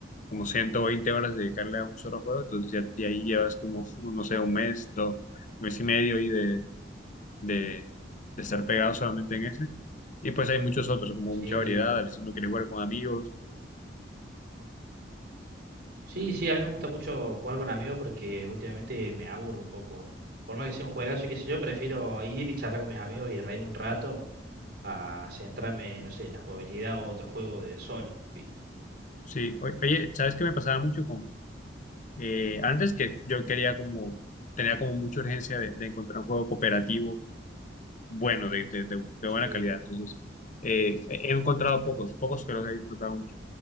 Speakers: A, on the left; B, on the right.
A: Como 120 horas dedicarle a un solo juego, entonces ya, de ahí llevas como, <laughs> no sé, un mes, dos, mes y medio y de, de, de estar pegado solamente en ese. Y pues hay muchos otros, como
B: sí.
A: mucha variedad, a veces uno quiere jugar con amigos.
B: Sí, sí, a mí me gusta mucho jugar con amigos porque últimamente me aburro un poco. Por más que sea un juegazo y qué sé yo, prefiero ir y charlar con mis amigos y reírme un rato a centrarme, no sé, en la jugabilidad o otro juego de solo, ¿viste?
A: Sí, o- oye, ¿sabes qué me pasaba mucho con... eh, antes que yo quería como, tenía como mucha urgencia de, de encontrar un juego cooperativo bueno, de, de- de- de
B: Sí,
A: buena calidad. Entonces, eh, he encontrado pocos, pocos que los he disfrutado mucho.